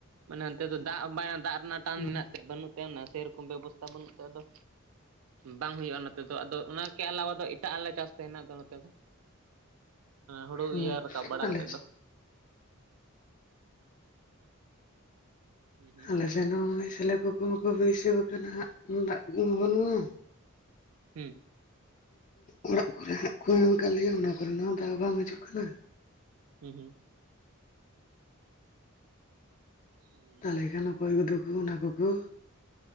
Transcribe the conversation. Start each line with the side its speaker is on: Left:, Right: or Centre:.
Right: ᱢᱟᱱᱮ ᱚᱱᱛᱮ ᱫᱚ ᱫᱟᱜ ᱦᱚᱸ <unintelligible> ᱫᱟᱜ ᱨᱮᱱᱟᱜ ᱴᱟᱱ
Left: ᱦᱩᱸ
Right: ᱢᱮᱱᱟᱜ ᱛᱮ ᱵᱟᱹᱱᱩᱜ <unintelligible> ᱥᱮᱨᱚᱠᱚᱢ ᱵᱮᱵᱚᱥᱛᱷᱟ ᱵᱟᱹᱱᱩᱜ ᱛᱟᱭ ᱟᱫᱚ ᱵᱟᱝ ᱦᱩᱭᱩᱜ-ᱟ ᱱᱚᱛᱮ ᱫᱚ ᱟᱫᱚ ᱚᱱᱟᱠᱮ ᱟᱞᱟᱣᱟ ᱫᱚ ᱮᱴᱟᱜ ᱟᱞᱮ ᱪᱟᱥ ᱛᱟᱦᱮᱱᱟ ᱟᱫᱚ ᱱᱚᱛᱮ ᱫᱚ ᱦᱩᱲᱩ
Left: ᱦᱳᱭ
Right: ᱤᱭᱟᱹ ᱨᱟᱠᱟᱵ ᱵᱟᱲᱟ
Left: ᱟᱞᱮ
Right: ᱠᱟᱛᱮᱫ ᱫᱚ᱾ ᱦᱩᱸ
Left: ᱟᱞᱮᱥᱮᱫ ᱦᱚᱸ ᱱᱚᱜ-ᱚᱭ ᱥᱤᱞᱳ ᱠᱚ ᱠᱚᱦᱚᱸ ᱠᱚ ᱵᱟᱹᱭᱥᱟᱹᱣ ᱟᱠᱟᱱᱟᱜ ᱫᱟᱜ ᱠᱚᱢᱟ ᱵᱟᱹᱱᱩᱜ-ᱟ
Right: ᱦᱮᱸ
Left: ᱚᱲᱟᱜ ᱠᱚᱨᱮ ᱦᱟᱸᱜ ᱠᱚ ᱮᱢ ᱟᱠᱟᱫ ᱞᱮᱭᱟ ᱚᱱᱟ ᱠᱚᱨᱮᱱᱟᱜ ᱦᱚᱸ ᱫᱟᱜ ᱵᱟᱝ ᱦᱤᱡᱩᱜ ᱠᱟᱱᱟ᱾
Right: ᱦᱩᱸ ᱦᱩᱸ ᱦᱩᱸ
Left: ᱛᱟᱞᱦᱮ ᱠᱷᱟᱱ ᱚᱠᱚᱭ ᱠᱩᱫᱚ ᱠᱩ ᱚᱱᱟ ᱠᱩᱠᱩ